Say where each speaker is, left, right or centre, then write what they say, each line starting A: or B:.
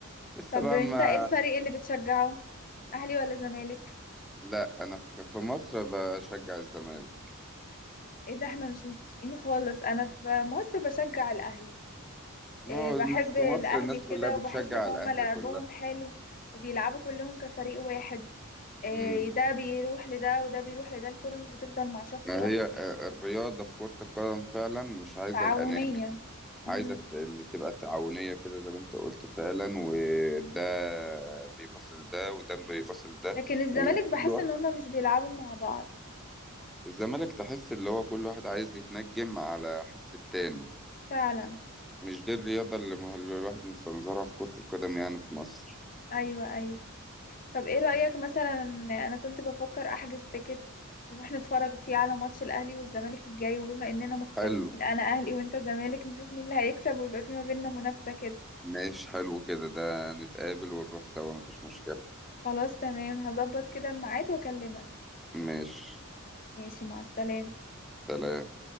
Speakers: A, in the centre; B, on the left (about 40°).
A: لسه
B: طب
A: بقى
B: انت
A: ما
B: ايه الفريق اللي بتشجعه اهلي ولا زمالك
A: <laughs> لا انا في في مصر بشجع الزمالك
B: ايه ده احنا مش متفقين خالص انا في مصر بشجع الاهلي
A: ما
B: إيه
A: هو
B: بحب
A: في
B: الاهلي
A: مصر الناس
B: كده
A: كلها بتشجع
B: وبحس ان
A: الاهلي
B: هم لعبهم
A: كلها
B: حلو وبيلعبوا كلهم كفريق واحد إيه
A: امم
B: ده بيروح لده وده بيروح لده الكرة مش بتفضل مع شخص
A: ما
B: واحد
A: هي آه، الرياضه في كره القدم فعلا مش عايزه
B: تعاونية
A: الاناني عايزة
B: مم.
A: ت- اللي تبقى تعاونية كده زي ما انت قلت فعلا وده بيبص لده وده بيبص لده
B: لكن الزمالك
A: وكل
B: بحس
A: واحد
B: ان هم مش بيلعبوا مع بعض
A: الزمالك تحس اللي هو كل واحد عايز يتنجم على حس التاني
B: فعلا
A: مش دي الرياضة اللي مه- اللي الواحد مستنظرها في كرة القدم يعني في مصر
B: ايوه ايوه طب ايه رأيك مثلا انا كنت بفكر احجز تيكت نروح نتفرج فيه على ماتش الاهلي والزمالك الجاي وبما اننا مختلفين
A: حلو
B: انا اهلي وانت زمالك نشوف مين اللي هيكسب ويبقى في ما بيننا منافسة كده
A: ماشي حلو كده ده نتقابل ونروح سوا مفيش مشكلة
B: خلاص تمام هظبط كده الميعاد واكلمك
A: ماشي
B: ماشي مع السلامة
A: سلام